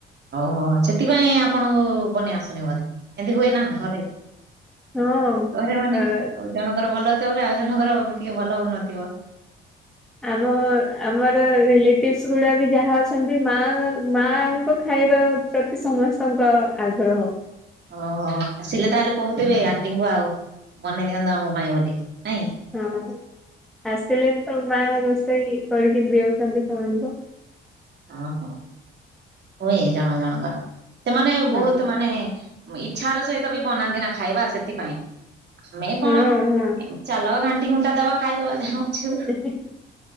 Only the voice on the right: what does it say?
ହଁ ସେଥିପାଇଁ ଆପଣଙ୍କୁ ବନେଇ ଆସୁନ ବଧେ। ଏମତି ହୁଏ ନା ଘରେ
ଘରେ ମାନେ ଜଣଙ୍କର ଭଲ ହଉଥିବ ବ ଆଉ ଜଣଙ୍କର ଟିକେ ଭଲ ହଉନଥିବ।
ଓହୋ ଆସିଲେ ତାହେଲେ କହୁଥିବେ ଆଣ୍ଟିଙ୍କୁ ଆଉ ବନେଇ ଦିଅନ୍ତୁ ଆମ ପାଇଁ ବୋଲି ନାଇଁ।
ଓ ହୋ ହୁଏ ଜଣ ଜଣଙ୍କର ସେମାନେ
ବହୁତ ମାନେ ଇଛାର ସହିତ ବି ବନାନ୍ତି ନା ଖାଇବା ସେଥିପାଇଁ ଆମେ
କଣ
ଚାଲ ଘା ତିିଣ୍ଟାବା ଖାଇ ଦେବା ଯାହେଉଛି ହଉ।